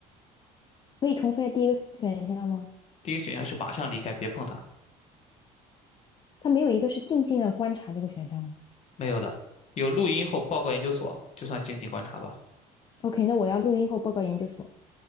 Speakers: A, on the left; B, on the left.
A: 可以重复一下第一个选项吗？
B: 第一个选项是马上离开，别碰它，
A: 它没有一个是静静的观察这个选项吗
B: 没有的。有录音后报告研究所，就算静静观察吧。
A: ？OK，那我要录音后报告研究所。